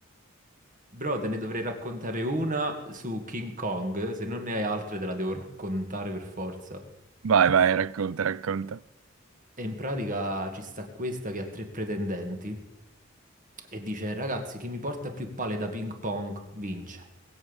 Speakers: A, on the right; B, on the right.
A: Bro, te ne dovrei raccontare una su King Kong, se non ne hai altre te la devo raccontare per forza.
B: Vai, vai, racconta, racconta.
A: E in pratica ci sta questa che ha tre pretendenti e dice: Ragazzi, chi mi porta più palle da ping pong vince.